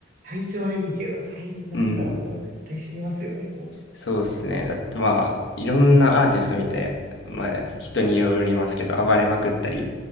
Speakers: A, on the right; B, on the left.
A: 最初はいいけど、帰りになったらもう絶対死にますよね、
B: うん。
A: も
B: そうですね。だってまあ、いろんなアーティスト見て、まあ、人によりますけど、暴れまくったり